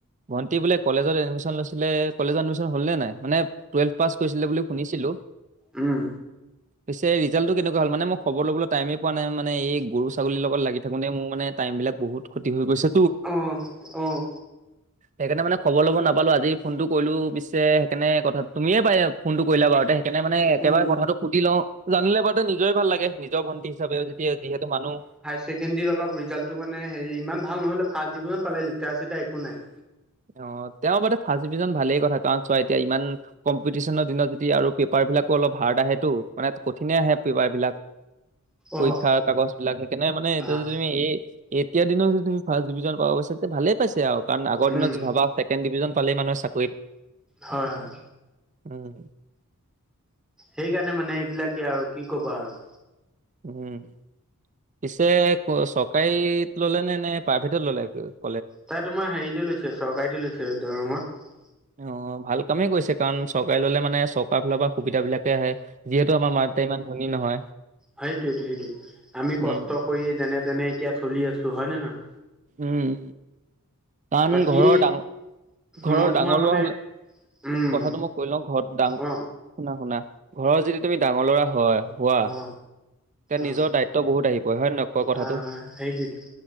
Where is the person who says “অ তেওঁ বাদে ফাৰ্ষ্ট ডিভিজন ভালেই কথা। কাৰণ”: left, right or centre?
Right